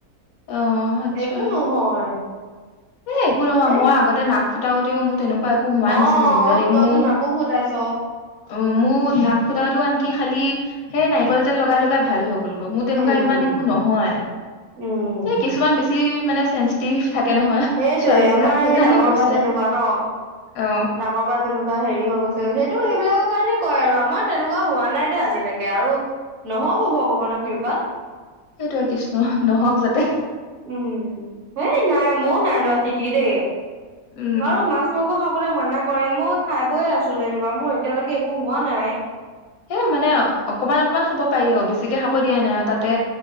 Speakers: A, on the left (about 75°); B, on the right (about 60°).
A: অ আচ্ছা
B: একো নহয়
A: এ একো নহয়
B: হে
A: মই আগতে নাক ফুটাওতেও তেনেকুৱা একো হোৱা
B: অ
A: নাছিল যেনিবা দে
B: তইতো
A: মো
B: নাকো ফুটাইছ
A: অ মোৰ নাক ফুটাটো
B: উম
A: আনকি খালি সেই নাৰিকল তেল লগাই লগাই ভাল হল মোৰ তেনেকুৱা
B: উম
A: ইমান একো নহয়
B: উম
A: এই কিছুমান বেছি মানে চেঞ্চিটিভ থাকে নহয়
B: সেইটোয়ে
A: ছোৱালী বিলাক
B: আমাৰ
A: সেইকাৰণে
B: এই ডাঙৰ
A: কৈছে
B: বা যেনেকুৱা ন
A: অ
B: ডাঙৰ বা যেনেকুৱা হেৰি হৈ গৈছে সেইটো সেইবিলাকৰ কাৰণে কয় আৰু আমাৰ তেনেকুৱা হোৱা নাই দেই আজিলৈকে আৰু নহব ভগৱানৰ কৃপাত
A: সেইটোয়ে কৃষ্ণ নহওক যাতে
B: উম হেই নাই মইও নাই লোৱা তিতি দেই
A: উম
B: বাৰু মাছ মাংস খাব মানা কৰে মই খাই বৈয়ে আছো যেনিবা মোৰ এতিয়ালৈকে একো হোৱা নাই
A: হেই মানে অকমান অকমান খাব পাৰি অ বেছিকে খাব। দিয়া নাই আৰু
B: অ
A: তাতে